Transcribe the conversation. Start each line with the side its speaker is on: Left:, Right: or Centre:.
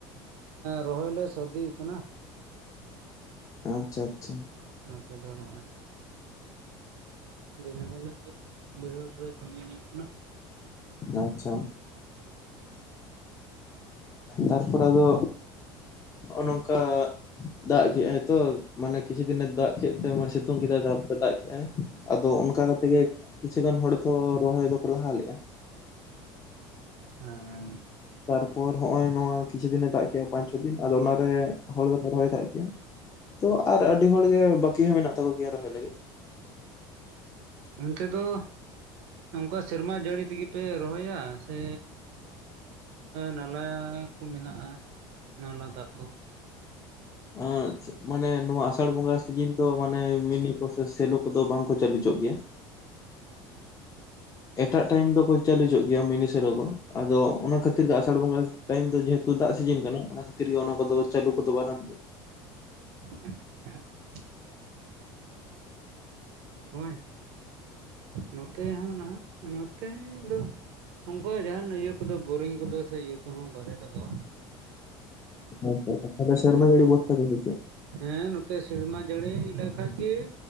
Right: ᱨᱚᱦᱚᱭ ᱞᱮ ᱥᱟᱨᱫᱤ ᱟᱠᱟᱱᱟ
Left: ᱟᱪᱪᱷᱟ ᱟᱪᱪᱷᱟ
Right: ᱱᱚᱛᱮ ᱫᱚ ᱱᱚᱸᱜᱼᱚᱭ ᱫᱤᱱᱟᱹᱢ ᱦᱤᱞᱳᱜ ᱜᱮ ᱵᱟᱹᱭᱦᱟᱹᱲ ᱨᱮ ᱠᱟᱹᱢᱤ ᱦᱩᱭᱩᱜ ᱠᱟᱱᱟ
Left: ᱟᱪᱪᱷᱟ ᱛᱟᱨᱯᱚᱨ ᱟᱫᱚ ᱦᱚᱸᱜᱼᱚ ᱱᱚᱝᱠᱟ ᱫᱟᱜ ᱠᱮᱜᱟᱭ ᱛᱚ ᱢᱟᱱᱮ ᱠᱤᱪᱷᱩ ᱫᱤᱱᱮ ᱫᱟᱜ ᱠᱮᱫ ᱛᱮ ᱥᱤᱛᱩᱝ ᱠᱮᱫᱟᱭ ᱛᱟᱯᱚᱨ ᱫᱟᱜ ᱠᱮᱜᱟᱭ ᱟᱫᱚ ᱚᱱᱠᱟ ᱠᱟᱛᱮ ᱜᱮ ᱠᱤᱪᱷᱩ ᱜᱟᱱ ᱦᱚᱲ ᱫᱚ ᱨᱚᱦᱚᱭ ᱫᱚᱠᱚ ᱞᱟᱦᱟ ᱞᱮᱜᱼᱟ
Right: ᱦᱮᱸ
Left: ᱛᱟᱨᱯᱚᱨ ᱦᱸᱚᱼᱚᱭ ᱱᱚᱣᱟ ᱠᱤᱪᱷᱩ ᱫᱤᱱᱮ ᱫᱟᱜ ᱠᱮᱫᱮᱜ ᱟᱭ ᱯᱟᱸᱪ ᱪᱷᱚ ᱫᱤᱱ ᱟᱫᱚ ᱚᱱᱟᱨᱮ ᱦᱚᱲ ᱫᱚ ᱯᱮ ᱨᱚᱦᱚᱭ ᱠᱟᱜ ᱠᱮᱭᱟ ᱛᱚ ᱟᱨ ᱟᱹᱰᱤ ᱦᱚᱲ ᱜᱮ ᱵᱟᱹᱠᱤ ᱦᱚᱸ ᱢᱮᱱᱟᱜ ᱛᱟᱠᱚ ᱜᱮᱭᱟ ᱨᱚᱦᱚᱭ ᱞᱟᱹᱜᱤᱫ
Right: ᱚᱱᱛᱮ ᱫᱚ ᱱᱚᱝᱠᱟ ᱥᱮᱨᱢᱟ ᱡᱟᱹᱲᱤ ᱛᱮᱜᱮ ᱯᱮ ᱨᱚᱦᱚᱭᱟ ᱥᱮ ᱱᱟᱞᱟ ᱠᱚ ᱢᱮᱱᱟᱜᱼᱟ ᱱᱟᱞᱟ ᱫᱟᱜ ᱠᱚ
Left: ᱟᱨ ᱢᱟᱱᱮ ᱱᱚᱣᱟ ᱟᱥᱟᱲ ᱵᱚᱸᱜᱟ ᱥᱤᱡᱤᱱ ᱛᱚ ᱢᱟᱱᱮ ᱢᱤᱱᱤ ᱠᱚ ᱥᱮᱞᱳ ᱠᱚᱫᱚ ᱵᱟᱝᱠᱚ ᱪᱟᱹᱞᱩ ᱦᱚᱪᱚᱜ ᱜᱮᱭᱟ ᱮᱴᱟᱜ ᱴᱟᱭᱤᱢ ᱫᱚᱠᱚ ᱪᱟᱹᱞᱩᱪᱚᱜ ᱜᱮᱭᱟ ᱢᱤᱱᱤ ᱥᱮᱞᱳ ᱠᱚ ᱟᱫᱚ ᱚᱱᱟ ᱠᱷᱟᱹᱛᱤᱨ ᱜᱮ ᱟᱥᱟᱲ ᱵᱚᱸᱜᱟ ᱴᱟᱭᱤᱢ ᱫᱚ ᱡᱮᱦᱮᱛᱩ ᱫᱟᱜ ᱥᱤᱡᱤᱱ ᱠᱟᱱᱟ ᱚᱱᱟ ᱠᱷᱟᱹᱛᱤᱨ ᱜᱮ ᱚᱱᱟ ᱠᱚᱫᱚ ᱪᱟᱹᱞᱩ ᱠᱚᱫᱚ ᱵᱟᱨᱚᱱ ᱜᱮᱭᱟ
Right: ᱟ ᱦᱮᱸ <unintelligible> ᱦᱳᱭ ᱱᱚᱛᱮ ᱦᱚᱸ ᱱᱚᱸᱜᱼᱚᱭ ᱱᱚᱛᱮ ᱚᱱᱠᱟ ᱡᱟᱦᱟᱱ ᱤᱭᱟᱹ ᱠᱚᱫᱚ ᱵᱳᱨᱤᱝ ᱠᱚᱫᱚ ᱥᱮ ᱤᱭᱟᱹ ᱠᱚᱦᱚᱸ ᱵᱟᱞᱮ ᱞᱟᱜᱟᱣᱟ
Left: ᱟᱪᱪᱷᱟ ᱟᱪᱪᱷᱟ ᱛᱟᱞᱦᱮ
Right: ᱱᱚᱛᱮ
Left: ᱥᱮᱨᱢᱟ
Right: ᱦᱚᱸ
Left: ᱡᱟᱹᱲᱤ ᱞᱟᱹᱭ ᱛᱮᱜᱮ ᱥᱮᱪᱮᱫ
Right: ᱦᱮᱸ ᱱᱚᱛᱮ ᱥᱮᱨᱢᱟ ᱡᱟᱹᱲᱤ ᱞᱮᱠᱷᱟᱡ ᱜᱮ